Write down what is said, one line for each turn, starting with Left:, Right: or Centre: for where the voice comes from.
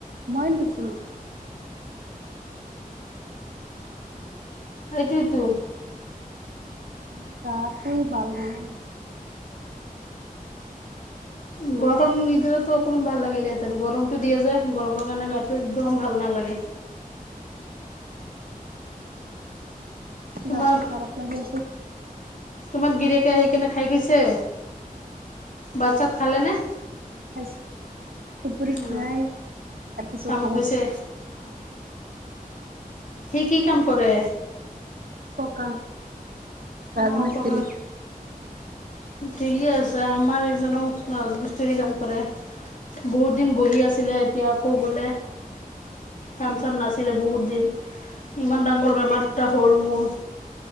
Right: মই ধুইছো।
Left: এইটোৱেইটো।
Right: মই গা টোৱেই ভাল নালাগিছে।
Left: গৰম নিদিলতো অকমান ভাল লাগিলেহেঁতেন গৰমতটো দিয়ে যে গৰমৰ কাৰণে গাটো একদম ভাল ন। লাগে। তোমাৰ
Right: গ তুকাৰত মাজি।
Left: তোমাৰ গিৰেকে আহি কেনে খাই গৈছে বাট চাত খালে নে।
Right: খাইছে তুপুৰী খাই
Left: অঁ
Right: তাৰপিছত
Left: কামত
Right: কামছে
Left: গৈছে
Right: আহ।
Left: সি কি কাম কৰে
Right: ককা ৰাজমন্ত্ৰী।
Left: অঁ পকা ঠিকেই আছে আমাৰ এইজনকাজমষ্ট্তী কাম কৰে। বহুত দিন বহি আছিলে এতিয়া আকৌ গলে। কাম চাম নাছিলে বহুত দিন। ইমান ডাঙৰ বেমাৰটা হ'ল মোৰ